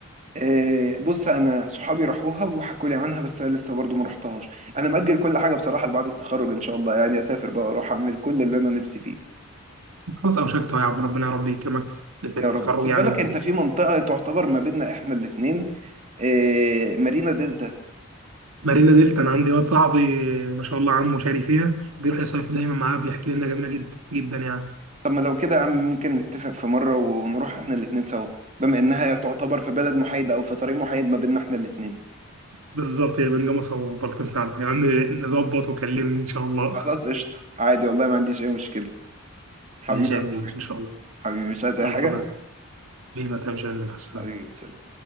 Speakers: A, on the right (about 30°); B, on the right (about 75°).
A: آه بص انا صحابي راحوها وحكوا لي عنها بس انا لسه برضو ما رحتهاش انا مأجل كل حاجه بصراحه لبعد التخرج ان شاء الله يعني اسافر بقى واروح اعمل كل اللي انا نفسي فيه
B: خلاص اوشكت أهو يا عم ربنا يا رب يكرمك في في التخرج
A: يا رب خد
B: يعني
A: بالك انت في منطقة تعتبر ما بيننا احنا الاتنين اه مارينا دلتا
B: مارينا دلتا انا عندي واد صاحبي ما شاء الله عمه شاري فيها بيروح يصيف دايما معاه بيحكي لي انها جميله جدا جدا يعني
A: طب ما لو كده يا عم ممكن نتفق في مرة ونروح احنا الاتنين سوا بما انها تعتبر في بلد محايدة او في طريق محايد ما بيننا احنا الاتنين
B: بالظبط هي بين جمصة وبلطيم فعلا يا عم نظبط وكلمني ان شاء الله
A: خلاص قشطة عادي والله ما عنديش اي مشكلة حبيبي
B: ماشي
A: يا
B: يا
A: اخويا
B: كبير ان شاء الله
A: حبيبي مش عايز
B: خلصنا
A: اي حاجة
B: بينا تمشي منك السلام
A: حبيبي سلام